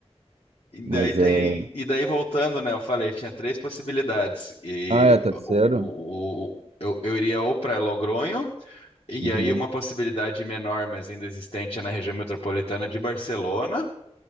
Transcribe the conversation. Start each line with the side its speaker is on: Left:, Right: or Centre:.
Left: E
Right: Mas,
Left: daí tem,
Right: ah,
Left: e daí voltando, né? Eu falei, tinha três possibilidades. E
Right: ah, é terceiro?
Left: o, o- o- eu, eu iria ou para Logronho, e
Right: Uhum.
Left: aí uma possibilidade menor, mas ainda existente, é na região metropolitana de Barcelona.